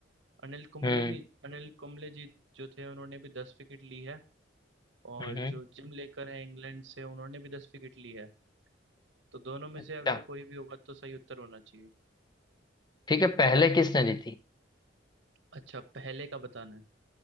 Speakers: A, on the right; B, on the left.
A: अनिल कुंबले
B: हम्म
A: ने अनिल कुंबले जी जो थे उन्होंने भी दस विकेट ली है और
B: हम्म
A: जो जिम लेकर है इंग्लैंड से उन्होंने भी दस विकेट ली है तो दोनों में
B: अच्छा
A: से अगर कोई भी होगा तो सही उत्तर होना चाहिए
B: ठीक है पहले किसने दी थी
A: अच्छा पहले का बताना है